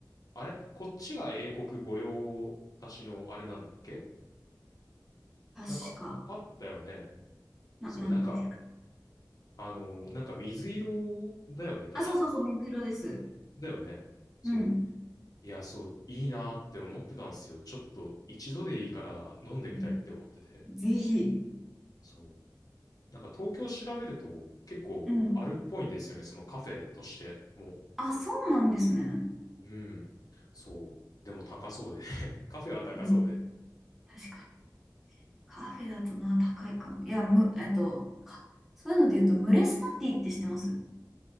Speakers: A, on the left; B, in the centre.
A: あれこっちが英国御用達のあれなんだっけ
B: 確か。
A: なんかあったよね。
B: な、
A: そう、
B: 何がね。
A: なんか、あの、なんか水色だよね、確か。
B: あ、そうそうそう、水色です。
A: だよね。そう。
B: うん。
A: いや、そう、いいなーって思ってたんですよ。ちょっと一度でいいから飲んでみたいって思ってて。
B: うんぜひ。
A: そう。なんか東京調べると結構あるっぽいんですよね、
B: うん。
A: そのカフェとして。もう
B: あ、そうなんですね。
A: うん。そう。でも高そうで。<laughs> カフェは高そうで。
B: うん。確かに。カフェだとな、高いかも。いや、む、えっと、か、そういうので言うと、ムレスナティって知ってます